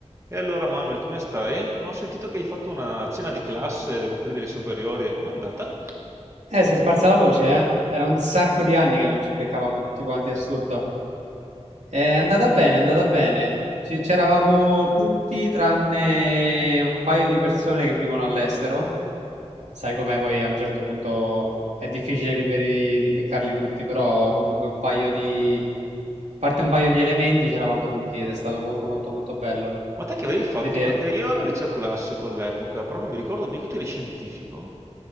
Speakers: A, on the right; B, on the right.
A: E allora Manuel, come stai? Ho sentito che hai fatto una cena di classe con quelli delle superiori, com'è andata?
B: Eh, si è sparsa la voce, eh? Era un sacco di anni che non ci beccavamo tutti quanti, assurdo. È andata bene, è andata bene. Ci- C'eravamo tutti tranne un paio di persone che vivono all'estero. Sai com'è poi a un certo punto è difficile rivedi- di beccarli tutti, però comunque un paio di... A parte un paio di elementi c'eravamo tutti ed è stato molto molto molto bello
A: Ma te che avevi fatto?
B: vedere.
A: Perché io ero al liceo classico all'epoca, però non mi ricordo mica tu eri scientifico?